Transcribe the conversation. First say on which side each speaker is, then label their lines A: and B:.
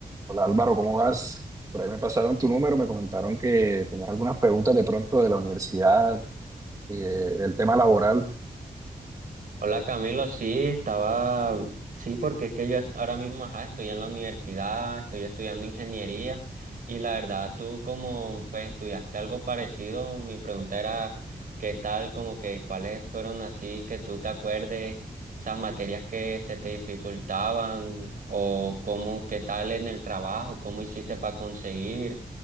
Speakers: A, on the right; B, on the right.
A: Hola Álvaro, ¿cómo vas? Por ahí me pasaron tu número, me comentaron que tenías algunas preguntas de pronto de la universidad, eh, del tema laboral.
B: Hola Camilo, sí, estaba, sí, porque es que yo ahora mismo ajá, estoy en la universidad, estoy estudiando ingeniería y la verdad tú como pues estudiaste algo parecido, mi pregunta era qué tal, como que cuáles fueron así que tú te acuerdes, esas materias que se te dificultaban o cómo, qué tal en el trabajo, cómo hiciste para conseguir